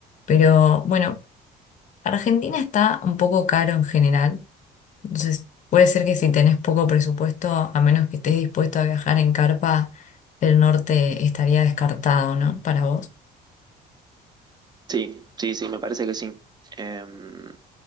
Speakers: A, on the left; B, on the right.
A: Pero bueno, Argentina está un poco caro en general entonces, puede ser que si tenés poco presupuesto, a menos que estés dispuesto a viajar en carpa, el norte estaría descartado, ¿no? Para vos.
B: Sí, sí, sí, me parece que sí. Em,